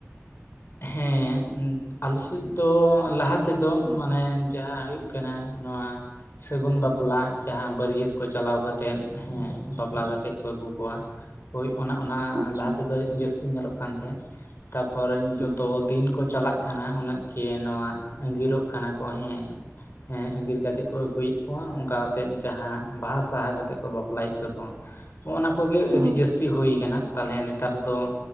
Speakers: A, on the left; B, on the right.
A: ᱦᱮᱸ ᱟᱞᱮ ᱥᱮᱫ ᱫᱚ ᱞᱟᱦᱟ ᱛᱮᱫᱚ ᱢᱟᱱᱮ ᱡᱟᱦᱟᱸ ᱦᱩᱭᱩᱜ ᱠᱟᱱᱟ ᱱᱚᱣᱟ ᱥᱟᱹᱜᱩᱱ ᱵᱟᱯᱞᱟ ᱡᱟᱦᱟᱸ ᱵᱟᱹᱨᱭᱟᱹᱛ ᱠᱚ ᱪᱟᱞᱟᱣ ᱠᱟᱛᱮᱱ ᱦᱮᱸ ᱵᱟᱯᱞᱟ ᱠᱟᱛᱮᱜ ᱠᱚ ᱟᱹᱜᱩ ᱠᱚᱣᱟ ᱦᱳᱭ ᱚᱱᱟ ᱚᱱᱟ
B: ᱟᱪᱪᱷᱟ
A: ᱞᱟᱦᱟ ᱛᱮᱫᱚ ᱡᱟᱹᱥᱛᱤ ᱧᱮᱞᱚᱜ ᱠᱟᱱ ᱛᱟᱦᱮᱸᱫ ᱛᱟᱨᱯᱚᱨᱮ <unintelligible>
B: ᱦᱩᱸ
A: ᱛᱚ ᱫᱤᱱ ᱠᱚ ᱪᱟᱞᱟᱜ ᱠᱟᱱᱟ ᱩᱱᱟᱹᱜ ᱜᱮ ᱱᱚᱣᱟ ᱟᱸᱜᱤᱨᱚᱜ ᱠᱟᱱᱟ ᱠᱚ ᱦᱮᱸ ᱦᱮᱸ ᱟᱸᱜᱤᱨ ᱠᱟᱛᱮᱜ ᱠᱚ ᱟᱹᱜᱩᱭᱮᱫ ᱠᱚᱣᱟ ᱚᱱᱠᱟ ᱠᱟᱛᱮᱜ ᱡᱟᱦᱟᱸ ᱵᱟᱦᱟ ᱥᱟᱦᱟ ᱠᱟᱛᱮᱜ ᱠᱚ ᱵᱟᱯᱞᱟᱭᱮᱫ ᱠᱚᱣᱟ ᱠᱚ ᱦᱚᱸᱜᱼᱱᱟ ᱠᱚᱜᱮ
B: ᱦᱩᱸ
A: ᱟᱹᱰᱤ ᱡᱟᱹᱥᱛᱤ ᱦᱩᱭᱠᱟᱱᱟ ᱛᱟᱦᱚᱞᱮ ᱱᱮᱛᱟᱨ ᱫᱚ